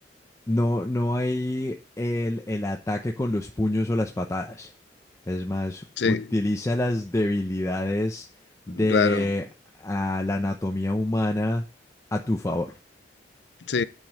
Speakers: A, on the left; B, on the left.
A: no, no hay el, el ataque con los puños o las patadas. Es más,
B: Sí,
A: utiliza las debilidades de
B: claro,
A: ah, la anatomía humana a tu favor.
B: sí.